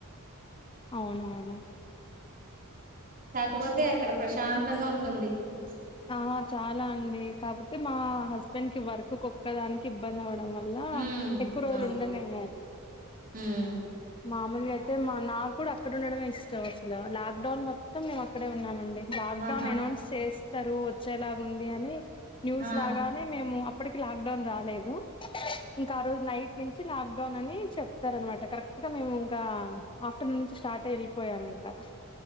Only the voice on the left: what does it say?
అవునవును
ఆ చాలా అండి కాకపోతే మా హస్బెండ్ కి వర్క్ ఒక్కదానికి ఇబ్బంది అవ్వడం వల్ల
ఎక్కువ రోజులు
ఉండలేము
మా మని అయితే మా నాకు కూడా అక్కడ ఉండడమే ఇష్టం అసలు లాక్డౌన్ మొత్తం మేము అక్కడే ఉన్నామండి లాక్
డౌన్ అనౌన్స్ చేస్త స్తారు వచ్చేలా ఉంది అని న్యూస్
రాగానే మేము ఇప్పటికి లాక్డౌన్ రాలేదు ఇంకా ఆ రోజు నైట్ నుంచి లాక్ డౌన్ అని చెప్తారు అనమాట కరెక్ట్ గా మేము ఇంకా ఆఫ్టర్నూన్ నుంచి స్టార్ట్ వెళ్ళిపోయాము ఇంకా